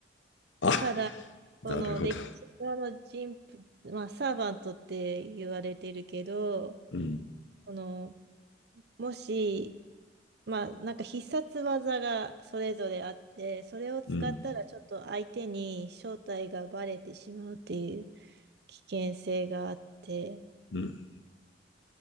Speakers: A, on the left; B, on the right.
A: あ
B: ただ、
A: なるほど
B: その、歴史上の人物、まあ、サーバントって言われてるけど、
A: うん
B: その、もし、まあ、なんか必殺技がそれぞれあって、それを使ったらちょっと相手に正体がバレてしまうっていう
A: うん
B: 危険性があって、
A: うん